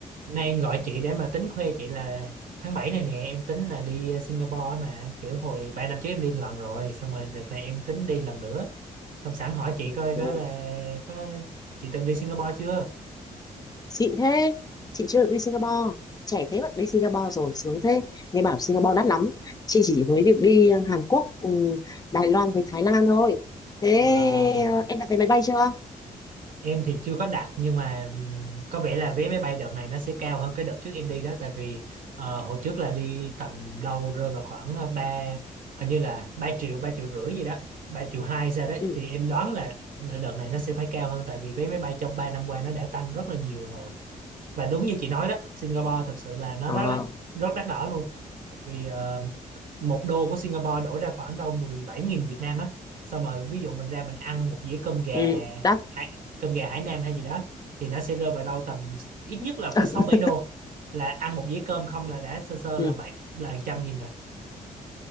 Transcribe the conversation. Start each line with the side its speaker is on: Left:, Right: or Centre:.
Right: Nay em gọi chị để mà tính khoe chị là tháng 7 này nè em tính là đi ờ, Singapore á mà kiểu hồi 3 năm trước em đi lần rồi xong rồi đợt này em tính đi lần nữa xong sẵn hỏi chị
Left: Ồ,
Right: coi có là có chị từng đi Singapore chưa
Left: xịn thế chị chưa được đi Singapore trẻ thế mà đi Singapore rồi sướng thế nghe bảo Singapore đắt lắm chị chỉ mới được đi ờ, Hàn Quốc ừ, Đài Loan với Thái Lan thôi thế
Right: Wow.
Left: ờ, em đặt vé máy bay chưa
Right: em thì chưa có đặt nhưng mà ừm, có vẻ là vé máy bay đợt này nó sẽ cao hơn cái đợt trước em đi đó tại vì ờ, hồi trước là đi tầm đâu rơi vào khoảng ờ, ba hình như là 3 triệu 3 triệu rưỡi gì đó 3 triệu hai sao đấy
Left: ừ
Right: thì em đoán là, là đợt này nó sẽ phải cao hơn tại vì vé máy bay trong 3 năm qua nó đã tăng rất là nhiều rồi và đúng như chị nói đó Singapore thật sự là nó
Left: à,
Right: rất đắt rất đắt đỏ luôn tại vì ờ, một đô của Singapore đổi ra khoảng đâu 17.000 Việt Nam á xong rồi ví dụ mình ra mình ăn một dĩa cơm gà
Left: ừ đắt
Right: hải- cơm gà Hải Nam hay gì đó thì nó sẽ rơi vào đâu tầm ít nhất là phải
Left: <laughs>
Right: 6 7 đô là ăn một dĩa cơm không là đã sơ sơ
Left: ừ.
Right: là bảy là trăm nghìn rồi